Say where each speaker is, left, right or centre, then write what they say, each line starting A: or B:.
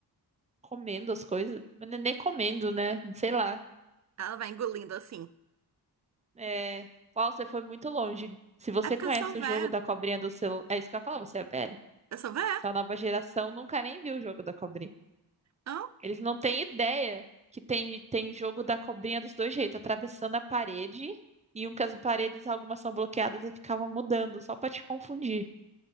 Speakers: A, on the right; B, on the right.
A: comendo as coisas, mas nem nem comendo, né? Sei lá.
B: Ela vai engolindo assim.
A: É, uau, você foi muito longe. Se você
B: É porque
A: conhece
B: eu sou véia.
A: o jogo da cobrinha do celular, é isso que eu ia falar, você é velha.
B: Eu sou véia?
A: Essa nova geração nunca nem viu o jogo da cobrinha.
B: Hã?
A: Eles não têm ideia que tem, tem jogo da cobrinha dos dois jeitos, atravessando a parede e um que as paredes, algumas são bloqueadas e ficava mudando, só pra te confundir.